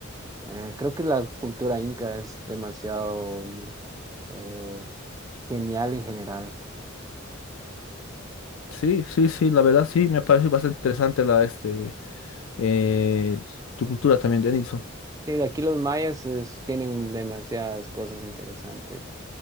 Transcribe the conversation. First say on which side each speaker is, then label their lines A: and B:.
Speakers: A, on the right; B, on the left.
A: eh, creo que la cultura inca es demasiado eh, genial en general.
B: Sí, sí, sí, la verdad sí, me parece bastante interesante la, este, eh, tu cultura también, Denilson.
A: Sí, aquí los mayas es- tienen demasiadas cosas interesantes.